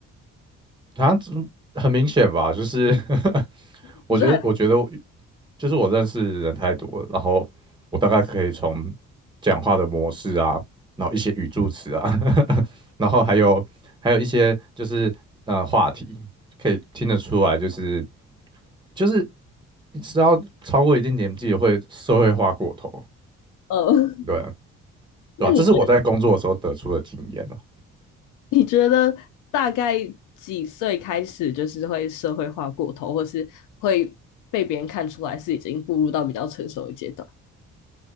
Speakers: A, on the right; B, on the left.
A: 他很明显吧，就是 <laughs>
B: <laughs> 你说还，
A: 我觉得，我觉得就是我认识人太多了，然后我大概可以从讲话的模式啊，然后一些语助词啊，<laughs> 然后还有还有一些就是呃话题，可以听得出来，就是就是你知道超过一定年纪会社会化过头，
B: 呃
A: 对
B: <laughs>，那你觉得
A: 对吧、这是我在工作的时候得出的经验啊。
B: 你觉得大概几岁开始就是会社会化过头，或是会被别人看出来是已经步入到比较成熟的阶段